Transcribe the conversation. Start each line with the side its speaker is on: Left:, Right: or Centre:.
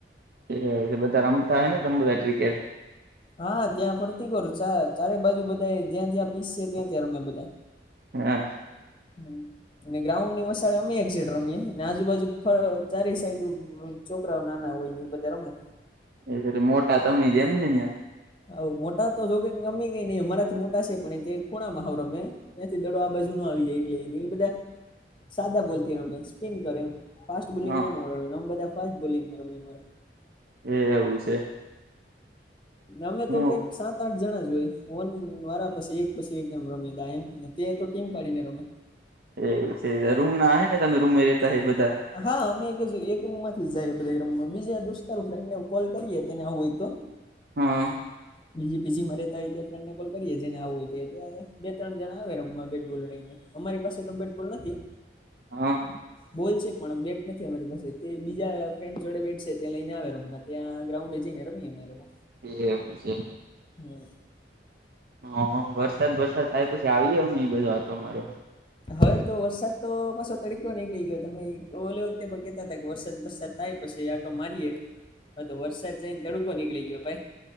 Right: એય બધા રમતા હ ને તમે બધા ક્રિકેટ
Left: હા ત્યાં ફરતી કર ચારે બાજુ બધા જ્યાં જ્યાં પીસશે ત્યાં ત્યાં રમે બધા
Right: હા
Left: હમ ને ગ્રાઉન્ડ ની વસાળે અમે એક સેડ રમીએે ને આજુબાજુ ચારે સાઈડ છોકરાઓ ના હોય ને એ બધા રમે
Right: એટલે મોટા તમે જ એમ ને અહીંયા
Left: હ મોટા તો જો કે ગમી ગઈ નહી મારાથી મોટા છે, પણ એ ખૂણામાંવ રમે ત્યાંથી દડો આ બાજુ ન આવી જાય એટલેને એ બધા સાદા બોલતી રમે સ્પિન કરે એમ ફાસ્ટ બોલિંગમાં
Right: હા
Left: રમ બધા ફાસ્ટ બોલિંગમાં રમીરે
Right: એ એવું છે.
Left: અમે તો
Right: હું
Left: કઈક સાત આઠ જણા જોય ફોન વાળા પછી એક પછી એક એમ રમી દા એમ તે તો ટીમ પાડીને રમે
Right: એવું છે રૂમ ના હ ને તમે રૂમ રેતા હ બધા
Left: હા અમેજ એક રૂમ માંથી જઈએ બધા રૂમમાં બીજા દોસ્તાર ફ્રેન્ડ ને કોલ કરીએ તેને આવુંય તો
Right: હા
Left: બીજી પીજી મ રહેતા હોય ફ્રેન્ડ ને કોલ કરીએે જેને આવું હોય તે બે ત્રણ જણા આવે રમમાં બેટ બોલ રહીને અમારી પાસે તો બેટબોલ નથી
Right: હા
Left: બોલ છે પણ બેટ નથી અમારી પાસે તે બીજા ફ્રેન્ડ જોડે બેઠ છે તે લઈને આવે રૂમ મા ત્યાં ગ્રાઉન્ડે જઈને રમીએ અમે એ લોકો
Right: એ એપ છે
Left: હમ્મ
Right: હ વરસાદ વરસાદ થાય પછી આવી જવાનું એ બાજુ વાટો મારવા
Left: હવે તો વરસાદ તો પાછો તડફયો નીકળી ગયો તમે ઓલી વખતે કહેતા હતા વરસાદ વરસાદ થાય પછી આટો મારીએ
Right: <inaudible>
Left: હા તો વરસાદ જઈ ને તડકો નીકળી ગયો ભાઈ